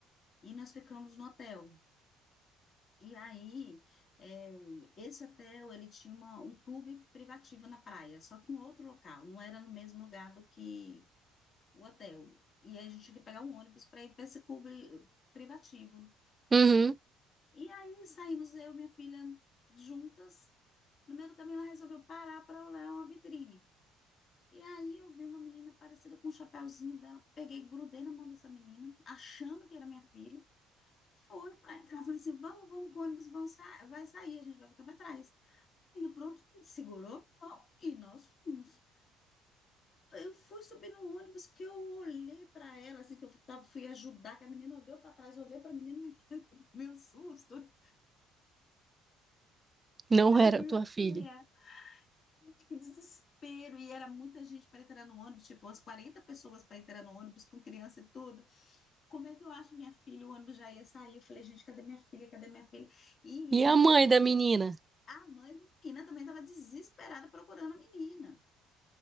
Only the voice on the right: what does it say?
Uhum,
não
era
tua filha.
E
a mãe da menina?